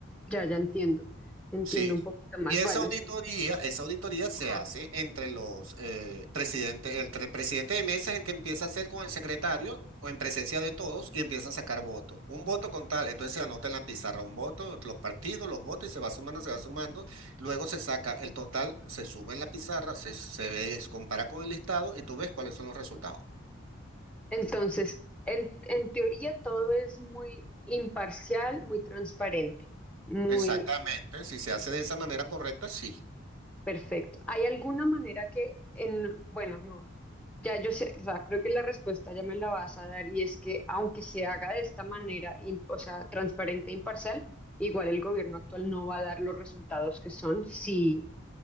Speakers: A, in the centre; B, on the right.
A: ya, ya entiendo. Entiendo
B: Sí.
A: un poquito más.
B: Y esa
A: Bueno,
B: auditoría,
A: entonces,
B: esa auditoría se
A: ajá.
B: hace entre los eh, presidentes, el tre- presidente de mesa es el que empieza a hacer con el secretario o en presencia de todos y empieza a sacar votos. Un voto con tal, entonces se anota en la pizarra un voto, los partidos, los votos y se va sumando, se va sumando. Luego se saca el total, se suma en la pizarra, se, se ve, se compara con el listado y tú ves cuáles son los resultados.
A: Entonces, en, en teoría todo es muy imparcial, muy transparente, muy...
B: Exactamente, si se hace de esa manera correcta, sí.
A: Perfecto. ¿Hay alguna manera que en, bueno, no, ya yo sé, o sea, creo que la respuesta ya me la vas a dar y es que aunque se haga de esta manera, im- o sea, transparente e imparcial, igual el gobierno actual no va a dar los resultados que son si,